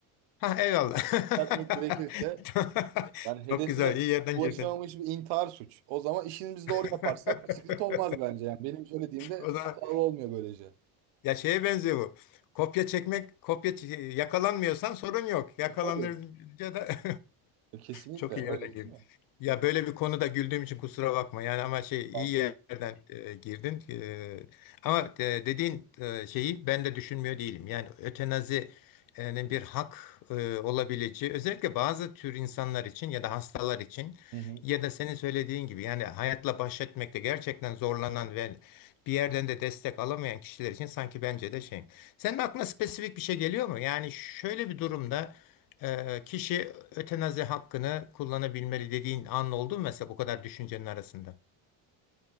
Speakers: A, on the left; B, on the right.
A: Ha eyvallah.
B: Düzeltmek gerekirse
A: <laughs>
B: yani hedefine
A: Çok güzel iyi yerden
B: ulaşamamış
A: girdin.
B: bir intihar suç. O zaman işimizi
A: <laughs>
B: doğru yaparsak bir sıkıntı olmaz bence. Yani benim söylediğimde
A: O zaman
B: hatalı olmuyor böylece.
A: Ya şeye benziyor bu. Kopya çekmek, kopya çe- yakalanmıyorsan sorun yok. Yakalanınca
B: Tabii.
A: da <laughs>
B: E, Kesinlikle
A: Çok iyi
B: öyle
A: yerden
B: değil
A: girdin.
B: mi?
A: Ya böyle bir konuda güldüğüm için kusura bakma. Yani ama şey iyi
B: Tabii.
A: yerden e, girdin. E, ama e, dediğin e, şeyi ben de düşünmüyor değilim. Yani ötenazinin bir hak e, olabileceği özellikle bazı tür insanlar için ya da hastalar için
B: Hı hı.
A: ya da senin söylediğin gibi yani hayatla baş etmekte gerçekten zorlanan ve bir yerden de destek alamayan kişiler için sanki bence de şey. Senin aklına spesifik bir şey geliyor mu? Yani şöyle bir durumda ee, kişi ötenazi hakkını kullanabilmeli dediğin an oldu mu mesela bu kadar düşüncenin arasında?